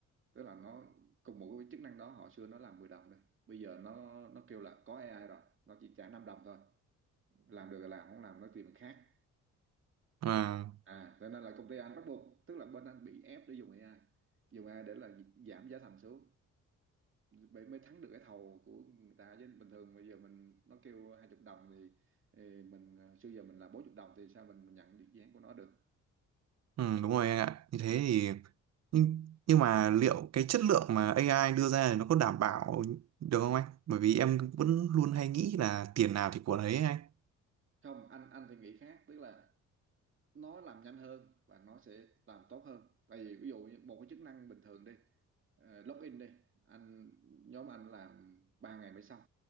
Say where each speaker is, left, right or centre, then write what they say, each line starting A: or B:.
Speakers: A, on the right; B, on the right.
A: tức là nó cùng một cái chức năng đó họ xưa nó làm 10 đồng thôi bây giờ nó nó kêu là có AI rồi nó chỉ trả 5 đồng thôi làm được là làm không làm nó tìm người khác
B: Vâng.
A: à cho nên là công ty anh bắt buộc tức là bên anh bị ép để dùng AI dùng AI để là giảm giá thành xuống mới mới thắng được cái thầu của người ta chứ bình thường bây giờ mình nó kêu hai chục đồng thì, thì mình xưa giờ mình là bốn chục đồng thì sao mình nhận được dự án của nó được
B: Ừ, đúng rồi anh ạ. Như thế thì nhưng, nhưng mà liệu cái chất lượng mà AI đưa ra thì nó có đảm bảo được không anh? Bởi vì em vẫn luôn hay nghĩ là tiền nào thì của đấy ấy anh.
A: không anh anh thì nghĩ khác tức là nó làm nhanh hơn và nó sẽ làm tốt hơn tại vì ví dụ như một cái chức năng bình thường đi uh, login đi anh nhóm anh làm 3 ngày mới xong